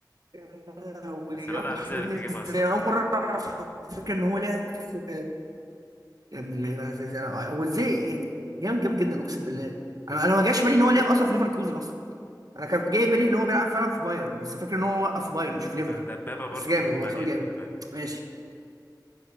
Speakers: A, on the right; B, on the left.
A: يا لهوي
B: بس الواد
A: راح
B: عزيز عارف
A: مني
B: يجيبها
A: ازاي
B: الصراحة
A: أنا اول مرة اعرف على فكرة ان هو لعب في يا ابن اللعيبه ازاي ازاي انا وازاي يعني جامد جامد جدا اقسم بالله انا انا ما جاش بالي ان هو لعب اصلا في ليفركوزن اصلا انا كان جاي بالي ان هو بيلعب فعلا في بايرن بس فاكر ان هو وقف في بايرن مش في
B: وكان
A: ليفر
B: دبابة برضه
A: بس جامد
B: في ألمانيا
A: والله سؤال جامد
B: خلي بالك
A: ماشي